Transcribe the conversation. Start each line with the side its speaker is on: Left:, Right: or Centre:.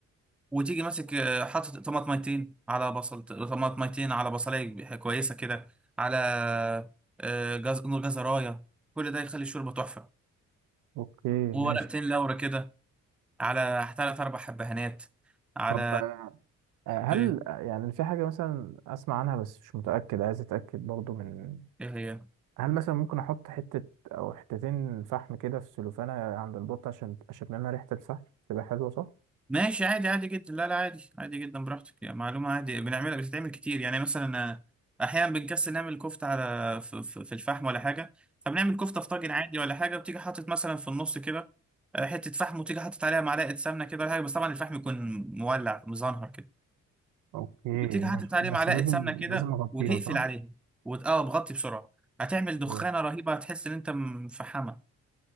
Centre: وتيجي ماسك آه، حاطط طماطميتين على بصل طماطميتين على بصلايه كويسه كده على آه، جز... جزرايه كل ده يخلي الشوربه تحفه
Right: اوكي
Centre: وورقتين
Right: ماشي
Centre: لورا كده على ثلاث اربع حبهانات على
Right: طب آه، هل
Centre: ايه
Right: آه، يعني في حاجة مثلا أسمع عنها بس مش متأكد عايز أتأكد برضو من
Centre: ايه هي
Right: هل مثلا ممكن أحط حتة أو حتتين فحم كده في سلوفانة عند البط عشان أشم منها ريحة الفحم تبقى حلوة صح؟
Centre: ماشي عادي عادي جدا لا لا عادي عادي جدا براحتك يعني معلومة عادي بنعملها بتتعمل كتير يعني مثلا آه، أحيانا بنكسل نعمل كفتة على في, في في الفحم ولا حاجة فبنعمل كفتة في طاجن عادي ولا حاجة بتيجي حاطط مثلا في النص كده آه، حتة فحم وتيجي حاطط عليها معلقة سمنة كده ولا حاجة بس طبعا الفحم يكون مولع مزنهر كده
Right: اوكي
Centre: وتيجي
Right: ماشي
Centre: حاطط عليه
Right: بس
Centre: معلقة
Right: لازم
Centre: سمنة كده
Right: لازم اغطيها
Centre: وتقفل
Right: صح؟
Centre: عليه وت... اه بغطي بسرعة هتعمل دخانة
Right: أوكي.
Centre: رهيبة هتحس إن أنت مفحمة